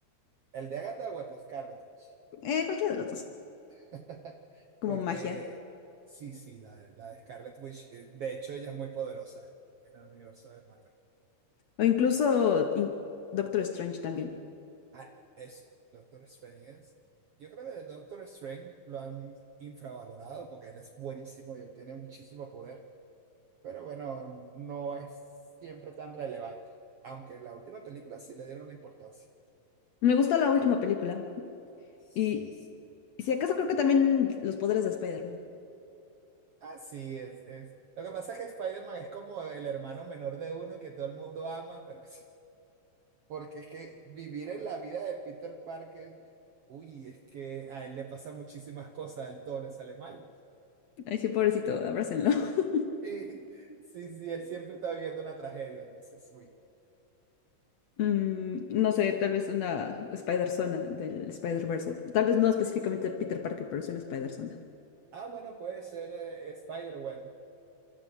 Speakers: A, on the right; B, on the left.
A: ¿El de Agatha o el de Scarlet Witch?
B: Eh, cualquiera de los dos,
A: <laughs>
B: como
A: Porque
B: magia.
A: sí, sí, la, la de Scarlet Witch, eh, de hecho ella es muy poderosa en el universo de Marvel.
B: O incluso in- Doctor Strange también.
A: Ah, es Doctor Strange es. Yo creo que el Doctor Strange lo han infravalorado porque él es buenísimo y él tiene muchísimo poder, pero bueno, no es siempre tan relevante, aunque en la última película sí le dieron la importancia.
B: Me gusta la última película.
A: Sí.
B: Y,
A: sí.
B: y si acaso creo que también los poderes de Spider-Man.
A: Así es, es. Lo que pasa es que Spider-Man es como el hermano menor de uno que todo el mundo ama, pero <laughs> Porque es que vivir en la vida de Peter Parker, uy, es que a él le pasan muchísimas cosas, a él todo le sale mal.
B: Ay, sí, pobrecito, abrácenlo. <laughs>
A: <laughs> Sí, sí, sí, él siempre está viviendo una tragedia, entonces, uy.
B: Mm, no sé, tal vez una Spider-Zona del Spider-Verse. Tal vez no específicamente Peter Parker, pero sí una Spider-Zona.
A: Ah, bueno, puede ser eh, Spider-Gwen,